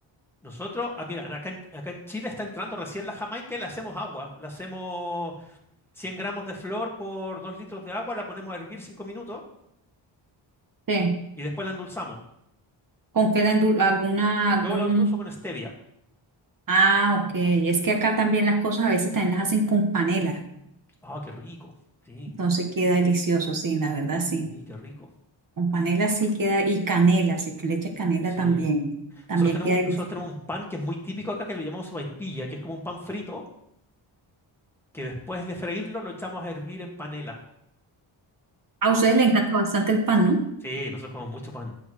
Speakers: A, in the centre; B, on the right.
A: Nosotros, ah, mira, acá en, acá en Chile está entrando recién la jamaica y la hacemos agua. La hacemos 100 gramos de flor por 2 litros de agua, la ponemos a hervir 5 minutos
B: Sí.
A: y después la endulzamos.
B: ¿Con qué la endul- alguna, algún?
A: Yo la endulzo con stevia.
B: Ah, ok. Es que acá también las cosas a veces también las hacen con panela.
A: Ah, qué rico. Sí,
B: Entonces queda delicioso, sí, la verdad, sí.
A: sí, qué rico.
B: Con panela sí queda, y canela, si tú le echas canela
A: Sí.
B: también, también
A: Nosotros tenemos,
B: queda delicioso.
A: nosotros tenemos un pan que es muy típico acá, que lo llamamos sopaipilla, que es como un pan frito, que después de freírlo lo echamos a hervir en panela.
B: A ustedes les encanta bastante el pan, ¿no?
A: Sí, nosotros comemos mucho pan,